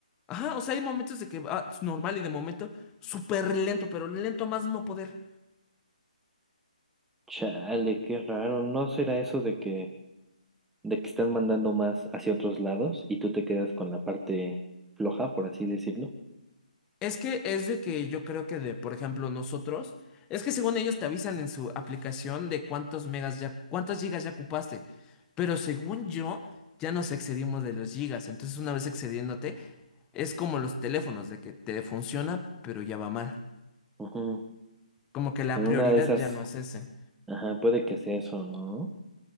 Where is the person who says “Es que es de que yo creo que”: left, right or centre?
Left